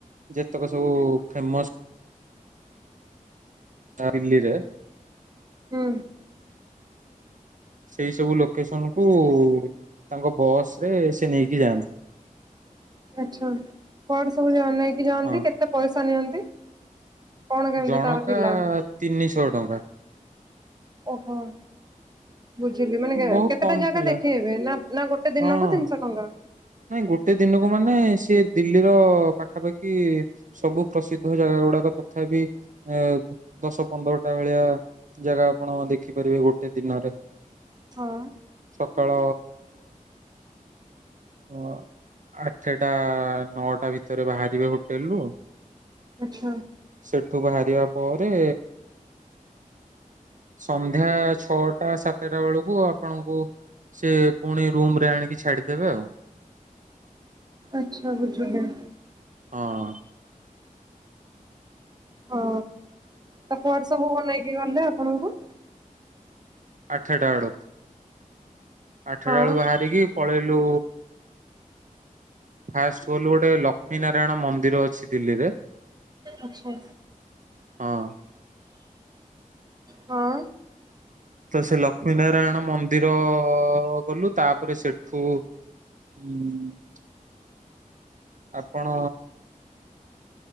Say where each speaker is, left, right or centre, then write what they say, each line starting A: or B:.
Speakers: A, on the right; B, on the right.
A: ଯେତେକ ସବୁ ଫେମସ <unintelligible>
B: ହୁଁ
A: ସେଇ ସବୁ ଲୋକେସନ କୁ ତାଙ୍କ ବସ ରେ ସେ ନେଇକି ଯାଆନ୍ତି।
B: ଆଛା କୁଆଡ଼େ ସବୁ ନେଇକି ଯାଆନ୍ତି
A: ହଁ।
B: କେତେ ପଇସା ନିଅନ୍ତି? କଣ କେମିତି
A: ଜଣକା
B: ତାର ଥିଲା?
A: ତିନିଶହ ଟଙ୍କା।
B: ଓହୋ ବୁଝିଲି ମାନେ
A: ବହୁତ
B: କେତେଟା
A: କମ
B: ଜାଗା
A: ଥିଲା
B: ଦେଖେଇବେ ନା ନା ଗୋଟେ? ଦିନକୁ
A: ହଁ।
B: ତିନିଶହ ଟଙ୍କା?
A: ନାଇଁ ଗୋଟେ ଦିନକୁ ମାନେ ସିଏ ଦିଲ୍ଲୀର ପାଖାପାଖି। ସବୁ ପ୍ରସିଦ୍ଧ ଜାଗା ଗୁଡାକ ତଥାପି ଏ ଦଶ ପନ୍ଦରଟା ଭଳିଆ ଜାଗା ଆପଣ ଦେଖିପାରିବେ ଗୋଟେ ଦିନରେ।
B: ହଁ।
A: ସକାଳ ଅ ଆଠେଟା ନଅଟା ଭିତରେ ବାହାରିବେ ହୋଟେଲ୍ ରୁୁ।
B: ଆଚ୍ଛା।
A: ସେଠୁ ବାହାରିବା ପରେ ସନ୍ଧ୍ୟା ଛଅଟା ସାତେଟା ବେଳୁକୁ ଆପଣଙ୍କୁ ସେ ପୁଣି ରୁମ୍ ରେ ଆଣିକି ଛାଡିଦେବେ ଆଉ।
B: ଆଚ୍ଛା ବୁଝୁଲି।
A: ହଁ।
B: ହଁ ତ କୁଆଡେ ସବୁ ନେଇକି ଗଲେ ଆପଣଙ୍କୁ?
A: ଆଠେଟା <unintelligible> ଆଠେଟା
B: ହଁ
A: ବେଳୁ ବାହାରିକି ପଳେଇଲୁ ଫାଷ୍ଟ ଗଲୁ ଗୋଟେ ଲକ୍ଷ୍ମୀ ନାରାୟଣ ମନ୍ଦିର ଅଛି ଦିଲ୍ଲୀରେ।
B: ଆଚ୍ଛା।
A: ହଁ।
B: ହଁ।
A: ତ ସେ ଲକ୍ଷ୍ମୀ ନାରାୟଣ ମନ୍ଦିର ଗଲୁ, ତାପରେ ସେଠୁ <inaudible> ଆପଣ